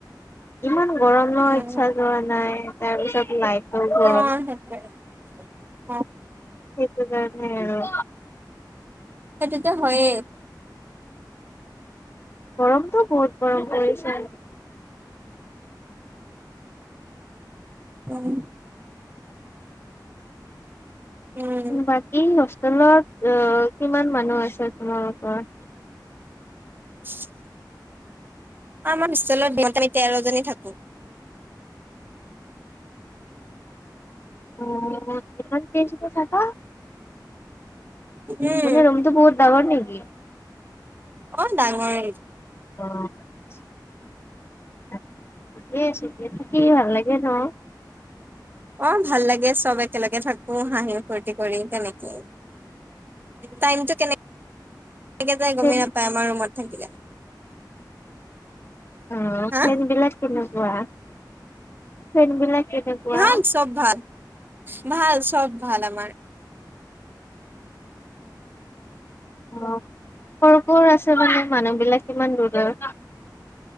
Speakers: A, on the left (about 30°); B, on the right (about 25°).
A: ইমান গৰম ন
B: উম,
A: ইচ্ছা যোৱা নাই। তাৰপিছত লাইটো গ'ল।
B: অ সেইটোৱে অ'।
A: সেইটো কাৰণে আৰু।
B: সেইটোতো হয়েই।
A: গৰমটো, বহুত গৰম পৰিছে।
B: হয়। উম,
A: বাকী, হোষ্টেলত অ' কিমান মানুহ আছে তোমালোকৰ?
B: <inaudible> আমাৰ হোষ্টেলত <unintelligible> আমি তেৰ জনী থাকো।
A: <unintelligible> কেইজনী থাকা?
B: উম,
A: মানে ৰুমটো বহুত ডাঙৰ নেকি?
B: অ' ডাঙৰে।
A: অ <unintelligible> <unintelligible>
B: অ' ভাল লাগে চ'ব একেলগে থাকো হাঁহি ফূৰ্তি কৰি তেনেকে। টাইমটো কেনেক কেনেকে যাই গমেই
A: অ',
B: নাপায় আমাৰ ৰুমত থাকিলে।
A: অ'
B: হা
A: ফেইনড বিলাক কেনেকুৱা। ফেনবিলাক কেনেকুৱা?
B: ভাল চব ভাল, ভাল চব ভাল আমাৰ।
A: অ'। সৰু কৰ আছে মানে মানুহ বিলাক কিমান দূৰৰ